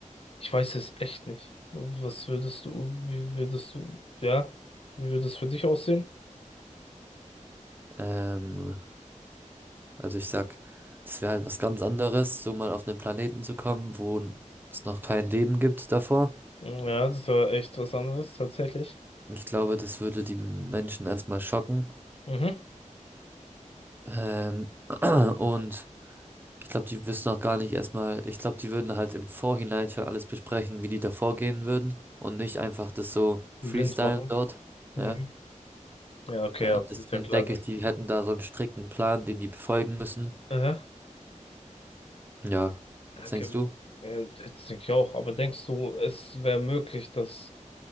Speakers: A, on the left; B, on the right.
A: Ich weiß es echt nicht. Was würdest du, wie würdest du, ja, wie würde es für dich aussehen?
B: Ähm, also ich sag, das wäre halt was ganz anderes, so mal auf einen Planeten zu kommen, wo es noch kein Leben gibt davor.
A: Mm, Ja, das war echt was anderes, tatsächlich.
B: Ich glaube, das würde die Menschen erstmal schocken.
A: Mhm.
B: Ähm, <clears throat> und ich glaube, die wissen auch gar nicht erstmal, ich glaube, die würden halt im Vorhinein schon alles besprechen, wie die da vorgehen würden und nicht einfach das so
A: Blind
B: freestylen
A: machen.
B: dort.
A: Mhm.
B: Ja,
A: Ja, okay,
B: äh,
A: ja,
B: deswegen
A: ist ja klar,
B: denke
A: dass.
B: ich, die hätten da so einen strikten Plan, den die befolgen müssen.
A: Aha.
B: Ja,
A: Okay.
B: was denkst du?
A: Ja, das denke ich auch. Aber denkst du, es wäre möglich, dass